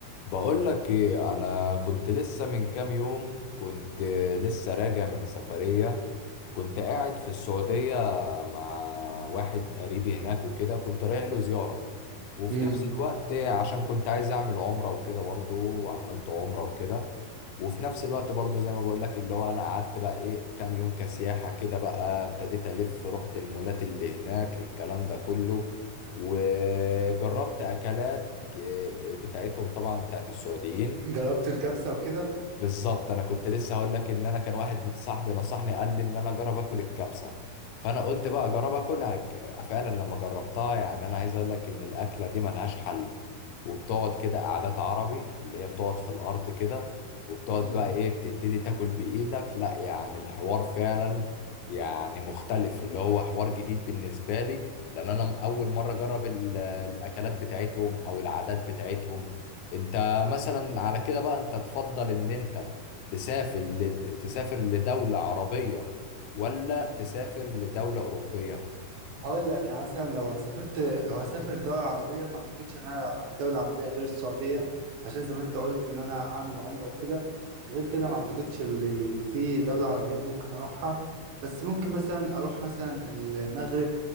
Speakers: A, on the left (about 85°); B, on the right (about 75°).
A: بقول لك ايه انا كنت لسه من كام يوم كنت لسه راجع من سفرية كنت قاعد في السعودية مع واحد قريبي هناك وكده كنت رايح له زيارة وفي
B: امم
A: نفس الوقت عشان كنت عايز اعمل عمرة وكده برضه وعملت عمرة وكده وفي نفس الوقت برضو زي ما بقول لك اللي هو انا قعدت بقى ايه كام يوم كسياحة كده بقى ابتديت الف رحت المولات اللي هناك الكلام ده كله وجربت اكلات ج- بتاعتهم طبعا بتاعت السعوديين
B: جربت الكبسة وكده
A: بالظبط انا كنت لسه هقول لك ان انا كان واحد صاحبي نصحني قال لي ان انا اجرب اكل الكبسه فانا قلت بقى اجرب اكلها ك- فعلا لما جربتها يعني انا عايز اقول لك ان الاكله دي ملهاش حل وبتقعد كده قعدات عربي اللي هي بتقعد في الارض كده وبتقعد
B: مم.
A: بقى ايه بتبتدي تاكل بايدك لا يعني الحوار فعلا يعني مختلف اللي هو حوار جديد بالنسبه لي لان انا م- اول مره اجرب ال- الاكلات بتاعتهم او العادات بتاعتهم انت مثلا على كده بقى انت تفضل ان انت تسافر لد... تسافر لدولة عربية ولا تسافر لدولة أوروبية؟
B: هقول لك يعني مثلا لو سافرت لو هسافر دولة عربية ما اعتقدش ان انا اروح دولة عربية غير السعودية عشان زي ما انت قلت ان انا اعمل عمرة وكده غير كده ما اعتقدش اللي في دولة عربية ممكن اروحها بس ممكن مثلا اروح مثلا المغرب